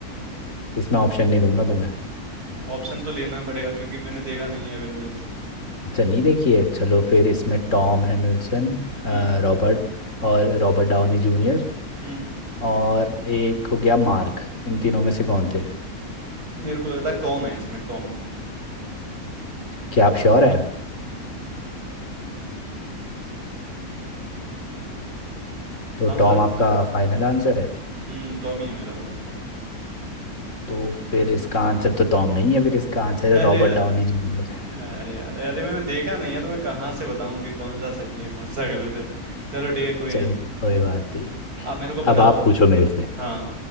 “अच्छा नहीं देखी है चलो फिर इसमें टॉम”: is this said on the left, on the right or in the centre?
Left